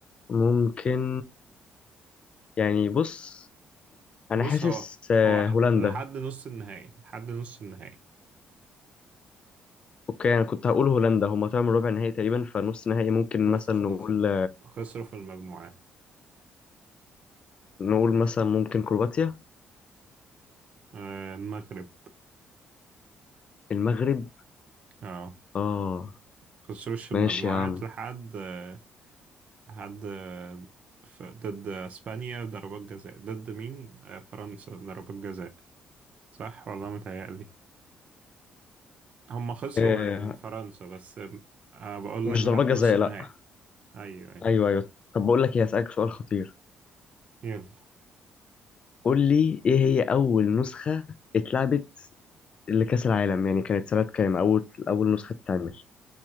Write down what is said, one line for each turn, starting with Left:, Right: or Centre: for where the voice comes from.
Left: ممكن يعني بص انا
Right: بص
Left: حاسس
Right: هو
Left: آه،
Right: هو ح-
Left: هولندا
Right: لحد نص النهائي لحد نص النهائي
Left: اوكي انا كنت هقول هولندا هما طلعوا من ربع نهائي تقريبا فنص نهائي ممكن
Right: بس
Left: مثلا
Right: خ...
Left: نقول
Right: خ... خسروا في المجموعات
Left: نقول مثلا ممكن كرواتيا
Right: آه المغرب
Left: المغرب
Right: اه
Left: اه
Right: خسروش في
Left: ماشي
Right: المجموعات
Left: يا عم
Right: لحد آه لحد آه ف... ضد اسبانيا ضربات جزاء ضد مين آه فرنسا ضربات جزاء صح والله متهيألي هم خسروا
Left: آه
Right: من فرنسا بس أنا بقول
Left: مش
Right: لك لحد
Left: ضربات
Right: نص
Left: جزاء
Right: النهائي
Left: لا
Right: أيوه أيوه
Left: ايوه ايوه طب بقول لك ايه هسألك سؤال خطير
Right: يلا
Left: قول لي ايه هي اول نسخة اتلعبت لكأس العالم يعني كانت سنة كام اول اول نسخة اتعمل